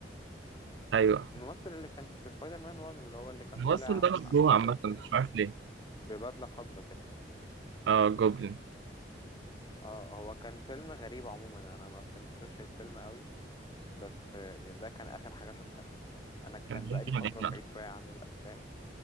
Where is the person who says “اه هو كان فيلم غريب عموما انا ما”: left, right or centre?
Left